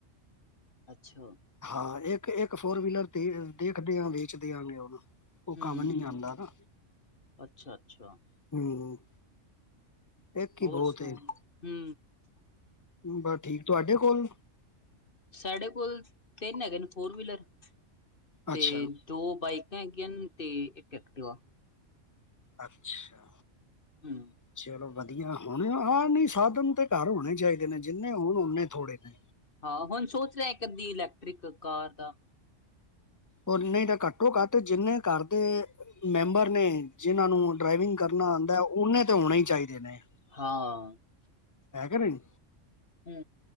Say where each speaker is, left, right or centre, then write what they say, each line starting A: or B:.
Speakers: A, on the left; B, on the left.
A: ਅੱਛਾ,
B: ਹਾਂ, ਇੱਕ ਇੱਕ ਫੋਰ ਵੀਲਰ ਦੇ ਦੇਖਦੇ ਆ ਵੇਚ ਦਿਆਂਗੇ ਓ ਵੀ। ਓ
A: ਹੂੰ
B: ਕੰਮ ਨੀ
A: ਹੂੰ,
B: ਜਾਂਦਾ ਨਾ
A: ਅੱਛਾ ਅੱਛਾ
B: ਹੂੰ, ਇੱਕ
A: ਹੋਰ
B: ਈ ਬੋਤ
A: ਸੁਣਾਓ
B: ਐ।
A: ਹੂੰ,
B: ਬਸ ਠੀਕ ਤੁਹਾਡੇ ਕੋਲ?
A: ਸਾਡੇ ਕੋਲ ਤਿੰਨ ਹੈਗੇ ਨੇ ਫੋਰ ਵੀਲਰ ਤੇ
B: ਅੱਛਾ
A: ਦੋ ਬਾਈਕਾਂ ਹੈਗੀਆਂ ਨੇ ਤੇ ਇੱਕ ਐਕਟਿਵਾ।
B: ਅੱਛਾ,
A: ਹੂੰ,
B: ਚਲੋ ਵਧੀਆ ਹੁਣ ਆ ਨਈ ਸਾਧਨ ਤੇ ਘਰ ਹੋਣੇ ਚਾਹੀਦੇ ਨੇ ਜਿੰਨੇ ਹੋਣ ਓਨੇ ਥੋੜੇ ਨੇ
A: ਹਾਂ ਹੁਣ ਸੋਚ ਰੇ ਆ ਇੱਕ ਅੱਧੀ ਇਲੈਕਟ੍ਰਿਕ ਕਾਰ ਦਾ
B: ਹੋਰ ਨਹੀਂ ਤਾਂ ਘੱਟੋ ਘੱਟ ਜਿੰਨੇ ਘਰ ਦੇ ਮੈਂਬਰ ਨੇ ਜਿਹਨਾਂ ਨੂੰ ਡਰਾਈਵਿੰਗ ਕਰਨਾ ਆਂਦਾ ਓਨੇ ਤੇ ਹੋਣੇ ਈ ਚਾਹੀਦੇ ਨੇ।
A: ਹਾਂ।
B: ਹੈ ਕੇ ਨਹੀਂ।
A: ਹੂੰ,